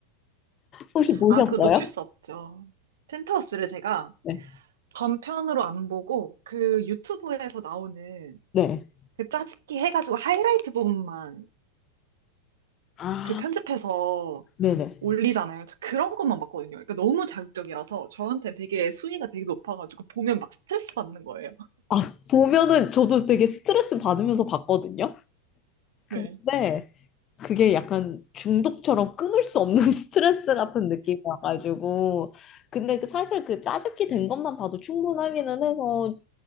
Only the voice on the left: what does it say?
혹시 보셨어요?
네.
네.
아,
네네.
아, 보면은 저도 되게 스트레스 받으면서 봤거든요. 근데
그게 약간 중독처럼 끊을 수 없는 <laughs> 스트레스 같은 느낌이 와가지고. 근데 그 사실 그 짜깁기 된 것만 봐도 충분하기는 해서,